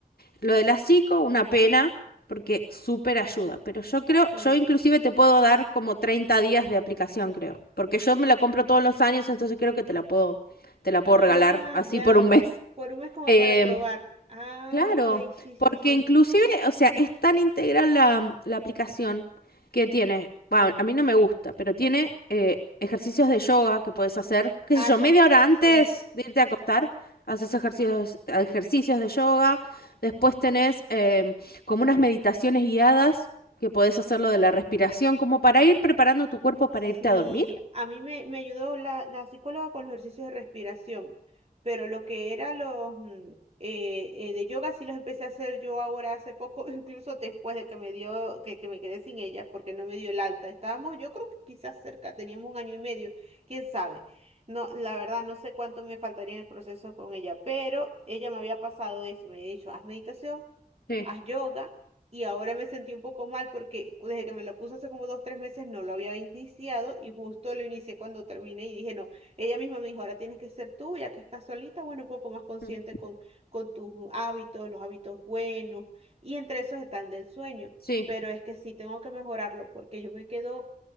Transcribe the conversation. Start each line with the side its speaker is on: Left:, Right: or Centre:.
Left: lo de la psico, una pena, porque súper ayuda, pero yo creo,
Right: sí.
Left: yo inclusive te puedo dar como 30 días de aplicación, creo, porque yo me la compro todos los años, entonces creo que te la puedo, te la puedo
Right: Ah,
Left: regalar así
Right: ya.
Left: por un mes.
Right: Por un mes como
Left: Eh,
Right: para probar. Ah,
Left: Claro,
Right: ok, sí, sí,
Left: porque
Right: sí.
Left: inclusive, o sea, es tan integral la, la aplicación que tiene, va, a mí no me gusta, pero tiene eh, ejercicios de yoga que puedes hacer, qué
Right: Ah,
Left: sé yo,
Right: eso
Left: media hora
Right: sí.
Left: antes de irte a acostar, haces ejercicios, ejercicios de yoga, después tenés em, como unas meditaciones guiadas que podés hacerlo de la respiración, como para ir preparando tu cuerpo
Right: Sí,
Left: para irte a dormir.
Right: a mí me, me ayudó la, la psicóloga con los ejercicios de respiración, pero lo que era los mm, eh, eh, de yoga sí los empecé a hacer yo ahora hace poco, <laughs> incluso después de que me dio, que, que me quedé sin ella porque no me dio el alta. Estábamos, yo creo que quizás cerca, teníamos un año y medio, quién sabe. No, la verdad no sé cuánto me faltaría en el proceso con ella, pero ella me había pasado eso, me había dicho, haz meditación,
Left: Sí.
Right: haz yoga y ahora me sentí un poco mal porque desde que me lo puso hace como dos, tres meses no lo había iniciado y justo lo inicié cuando terminé y dije, no, ella misma me dijo, ahora tienes que ser tú, ya que estás solita, bueno, un poco más consciente
Left: Mm,
Right: con, con tus hábitos, los hábitos buenos y entre esos está el del sueño,
Left: Sí,
Right: pero es que sí tengo que mejorarlo porque yo me quedo